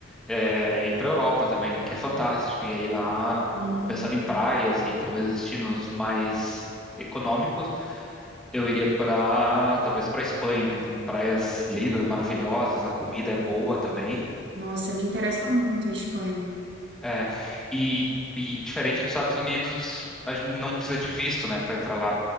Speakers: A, in the centre; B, on the right.
A: é ir para a Europa também, né? Que é fantástico. E aí lá,
B: Sim.
A: pensando em praias e talvez destinos mais econômicos, eu iria para talvez para a Espanha, né? Que tem praias lindas, maravilhosas, a comida é boa também.
B: Nossa, me interessa muito a Espanha.
A: É, e, e diferente dos Estados Unidos, a gente não precisa de visto, né, para entrar lá.